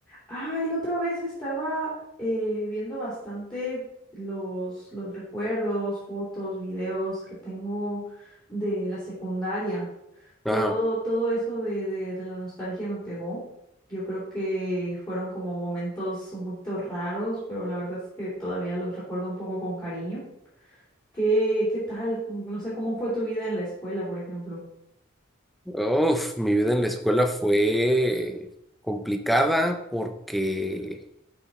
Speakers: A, on the left; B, in the centre.
A: Ah, y la otra vez estaba eh, viendo bastante los, los recuerdos, fotos, videos que tengo de la secundaria.
B: Ajá.
A: Todo, todo eso de, de, de la nostalgia me pegó. Yo creo que fueron como momentos un poquito raros, pero la verdad es que todavía los recuerdo un poco con cariño. ¿Qué, qué tal? No sé cómo fue tu vida en la escuela, por ejemplo.
B: Uf, mi vida en la escuela fue complicada porque,